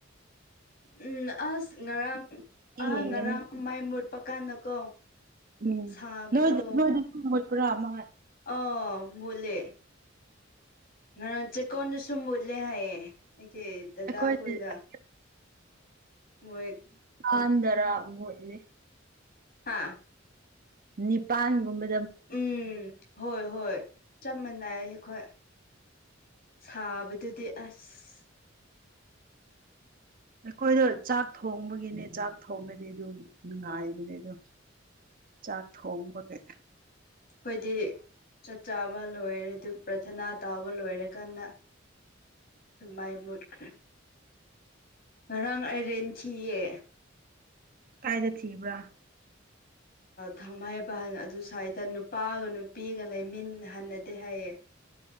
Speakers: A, on the left; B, on the right.
A: ꯎꯝ ꯑꯁ ꯉꯔꯥꯡ ꯑꯥ
B: ꯌꯦꯡꯒꯅꯤ
A: ꯉꯔꯥꯡ ꯃꯥꯏ ꯃꯨꯠꯄ ꯀꯥꯟꯗꯀꯣ
B: ꯎꯝ
A: ꯁꯥꯕꯗꯣ
B: ꯅꯣꯏ ꯅꯣꯏꯗꯁꯨ ꯃꯨꯠꯄ꯭ꯔꯥ ꯃꯥ
A: ꯑ ꯃꯨꯠꯂꯦ ꯃꯔ ꯆꯦ ꯀꯣꯟꯗꯁꯝꯕꯣꯗꯂ ꯍꯥꯏꯌꯦ ꯁꯦ ꯗꯗꯥꯈꯣꯏꯗ
B: ꯑꯩꯈꯣꯏꯗꯁꯨ
A: ꯃꯣꯏ
B: ꯑꯗꯔꯕꯨꯠꯂꯤ
A: ꯍꯥꯥ
B: ꯅꯤꯄꯥꯟꯒꯨꯝꯕ
A: ꯎꯝ ꯍꯣꯏ ꯍꯣꯏ ꯆ ꯃꯅ ꯑꯩꯈꯣꯏ ꯁꯥꯕꯗꯨꯗꯤ ꯑꯁ
B: ꯑꯩꯈꯣꯏꯗꯣ ꯆꯥꯛ ꯊꯣꯡꯕꯒꯤꯅꯦ ꯆꯥꯛ ꯊꯣꯡꯕꯗꯤ ꯑꯗꯨ ꯅꯨꯡꯉꯥꯏꯕꯅꯦ ꯑꯗꯣ ꯆꯥꯛ ꯊꯣꯡꯕꯒꯦ
A: ꯑꯩꯣꯏꯗꯤ ꯆꯥꯛ ꯆꯥꯕ ꯂꯣꯏꯔꯗꯤ ꯑꯗꯨꯒ ꯄ꯭ꯔꯊꯅꯥ ꯇꯥꯎꯕ ꯂꯣꯏꯔꯀꯗ ꯑꯗꯨ ꯃꯥꯏ ꯃꯨꯠꯈ꯭ꯔꯦ ꯉꯔꯥꯡ ꯑꯩꯔꯦꯟ ꯊꯤꯌꯦ
B: ꯀꯥꯏꯗꯦ ꯊꯕ꯭ꯔ
A: ꯊꯥꯡꯃꯥꯏꯕꯟ ꯑꯗꯨ ꯁ꯭ꯋꯥꯏꯗ ꯅꯨꯄꯥꯒ ꯅꯨꯄꯤꯒ ꯂꯩꯃꯤꯟꯅꯍꯟꯅꯗꯦ ꯍꯥꯏꯌꯦ